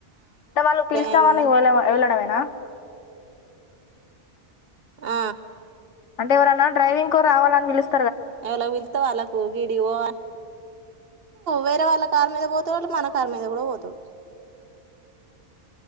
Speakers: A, on the left (about 80°); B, on the right (about 55°).
A: టె వాళ్ళు పిలిచినవాళ్లు
B: ఏమున్నది
A: వెళ్ళ వెళ్ళడమె లా
B: ఆ
A: అంటే ఎవరన్నా డ్రైవింగ్ కు రావాలని పిలుస్
B: ఎవలా కు పిలిత్తే వాళ్ళకు గిడికి వోవల్ వేరే వాళ్ళ కారు మీద పోతాడు. మన కారు మీద కూడా పోతాడు.